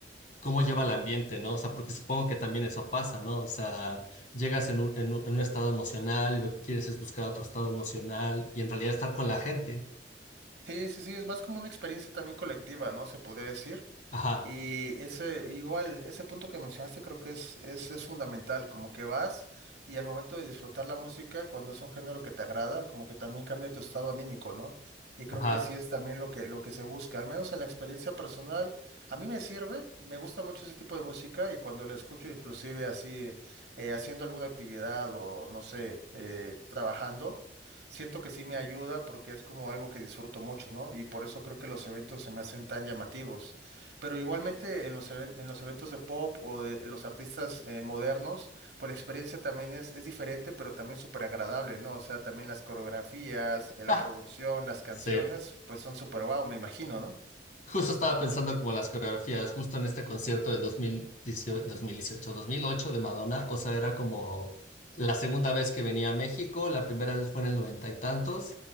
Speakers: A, on the left (about 45°); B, on the right (about 65°).
A: cómo lleva el ambiente, ¿no? O sea, porque supongo que también eso pasa, ¿no? O sea, llegas en un, en un, en un estado emocional y lo que quieres es buscar otro estado emocional y en realidad estar con la gente.
B: Sí, sí, sí, es más como una experiencia también colectiva, ¿no? Se podría decir.
A: Ajá,
B: Y ese, igual, ese punto que mencionaste creo que es, es, es fundamental, como que vas y al momento de disfrutar la música, cuando es un género que te agrada, como que también cambia tu estado anímico, ¿no? Y creo
A: ajá.
B: que así es también lo que, lo que se busca, al menos en la experiencia personal, a mí me sirve, me gusta mucho ese tipo de música y cuando la escucho inclusive así, eh, haciendo alguna actividad o no sé, eh, trabajando. Siento que sí me ayuda porque es como algo que disfruto mucho, ¿no? Y por eso creo que los eventos se me hacen tan llamativos. Pero igualmente en los, even- en los eventos de pop o de los artistas eh, modernos, pues la experiencia también es, es diferente, pero también súper agradable, ¿no? O sea, también las coreografías, eh, la
A: Ah,
B: producción, las canciones,
A: sí.
B: pues son súper guau, me imagino, ¿no?
A: Justo estaba pensando como las coreografías, justo en este concierto de 2018, 2018, 2008 de Madonna, o sea, era como la segunda vez que venía a México, la primera vez fue en el noventa y tantos,